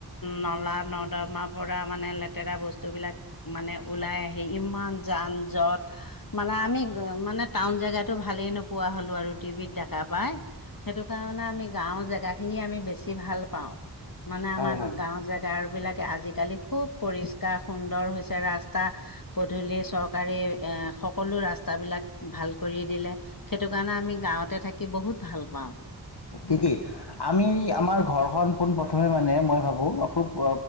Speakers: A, on the left; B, on the left.
A: নলা নৰ্দমা পৰা মানে লেতেৰা বস্তুবলাক মানে ওলাই আহি ইমান যান-যট মানে আমি মানে টাউন জেগাতো ভালে নোপোৱা হলো আৰু টিভিত দেখা পাই। সেইটো কাৰণে আমি গাঁওৰ জেগা খিনি আমি বেছি ভাল পাওঁ, মানে
B: হয়
A: আমাৰ
B: হয়
A: গাঁওৰ জেগা বিলাকে আজিকালি খুব পৰিষ্কাৰ সুন্দৰ হৈছে ৰাস্তা পধূলি চৰকাৰে এ সকলো ৰাস্তাবিলাক ভাল কৰি দিলে। সেইটো কাৰণে আমি গাঁৱতে থাকি বহুত ভাল পাওঁ।
B: ঠিকি আমি আমাৰ ঘৰখন পোনপ্ৰথমে মানে মই ভাবোঁ খুব